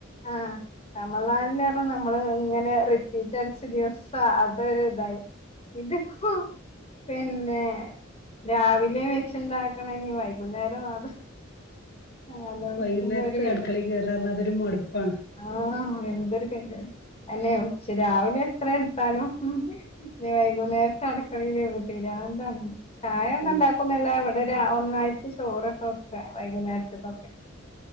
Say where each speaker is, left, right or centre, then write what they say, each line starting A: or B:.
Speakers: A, on the left; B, on the left.
A: ആഹ് റമദാനില് പറഞ്ഞാല് ന നമ്മള് ഇങ്ങനെ റിപ്പീറ്റ് അടിച്ച ദിവസം അതൊരു ഇതായി ഇതിപ്പോ പിന്നെ രാവിലെയും വെച്ചിണ്ടാക്കണം ഇനി വൈകുന്നേരം അതും ആലോചിക്കുമ്പോ
B: വൈകുന്നേരത്ത്
A: ഒരു വ്യഥയാണ്
B: അടുക്കളെ കേറാ പറഞ്ഞാ അതൊരു മടുപ്പാണ്
A: ആഹ് എന്തൊരു <unintelligible> അല്ലയോ പക്ഷെ രാവിലെ എത്ര എടുത്താലും ഇനി വൈകുന്നേരത്തെ അടക്കള <unintelligible> പിരാന്ത് ആണ് ചായ ഒന്ന്
B: ഉം
A: ഇണ്ടാ ക്കുന്നല്ല ഇവിടെ രാ ഒന്നായിട്ട് ചോറൊക്കെ വക്കുവാ വൈകുന്നേരത്തേക്കൊക്കെ